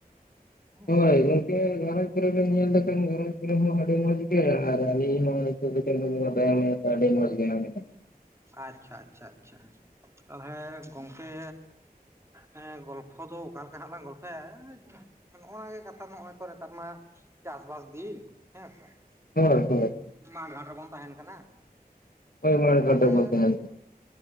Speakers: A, on the right (about 15°); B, on the left (about 65°).
A: ᱦᱩᱸ
B: ᱦᱳᱭ ᱜᱚᱝᱠᱮ ᱜᱷᱟᱨᱚᱸᱡᱽ ᱜᱷᱟᱨᱚᱸᱢᱽ ᱠᱚᱨᱮ ᱵᱮᱱ ᱧᱮᱞ ᱞᱮᱠᱷᱟᱱ ᱜᱷᱟᱨᱚᱸᱡᱽ ᱠᱚ ᱨᱮ ᱦᱚᱸ ᱟᱹᱰᱤ ᱢᱚᱸᱡᱽ ᱜᱮ, ᱟᱨ ᱟᱹᱞᱤᱧ ᱦᱚᱸ ᱱᱤᱛᱳᱜ ᱫᱳ ᱪᱟᱸᱫᱳ ᱫᱟᱭᱟ ᱢᱟᱭᱟ ᱛᱮ ᱟᱹᱰᱤ ᱢᱚᱡᱽ ᱜᱮ ᱟᱞᱤᱧ ᱦᱚᱸ ᱾
A: ᱟᱪᱪᱷᱟ ᱟᱪᱪᱷᱟ ᱟᱪᱪᱷᱟ ᱾ ᱛᱟᱦᱞᱮ ᱜᱚᱝᱠᱮ ᱦᱮᱸ ᱜᱚᱞᱯᱷᱚ ᱫᱚ ᱚᱠᱟ ᱞᱮᱠᱟ ᱦᱟᱸᱜ ᱞᱟᱝ ᱜᱚᱞᱯᱷᱚ ᱭᱟ, ᱱᱚᱜ-ᱚ ᱱᱟ ᱜᱮ ᱠᱟᱛᱷᱟ ᱱᱚᱜ-ᱚᱭ ᱛᱚ ᱱᱮᱛᱟᱨ ᱢᱟ ᱪᱟᱥ ᱵᱟᱥ ᱫᱤᱱ ᱦᱮᱸ ᱥᱮ ᱾
B: ᱦᱳᱭ ᱦᱳᱭ ᱾
A: ᱢᱟᱴᱷ ᱜᱷᱟᱴ ᱨᱮ ᱵᱚᱱ ᱛᱟᱦᱮᱸᱱ ᱠᱟᱱᱟ ᱾
B: ᱦᱳᱭ ᱢᱟ ᱚᱱᱠᱟ
A: ᱛᱟᱞᱦᱮᱻ
B: ᱫᱚ ᱵᱟᱝ ᱛᱟᱦᱮᱱ